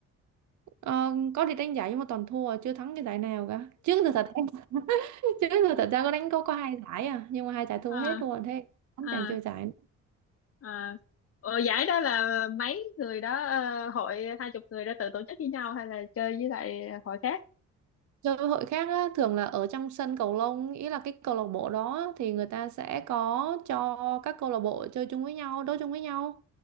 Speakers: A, on the right (about 70°); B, on the left (about 50°).
A: ờ, có đi đánh giải nhưng mà toàn thua chưa thắng cái giải nào cả trước giờ thật em <laughs> trước giờ thật ra có đánh có có hai giải à nhưng mà hai giải thua
B: à
A: hết luôn thế không
B: à
A: chẳng chơi giải
B: à Ồ, giải đó là mấy người đó ờ, hội hai chục người đã tự tổ chức với nhau hay là chơi với lại hội khác
A: Chơi hội khác á, thường là ở trong sân cầu lông ý là cái câu lạc bộ đó thì người ta sẽ có cho các câu lạc bộ chơi chung với nhau đấu chung với nhau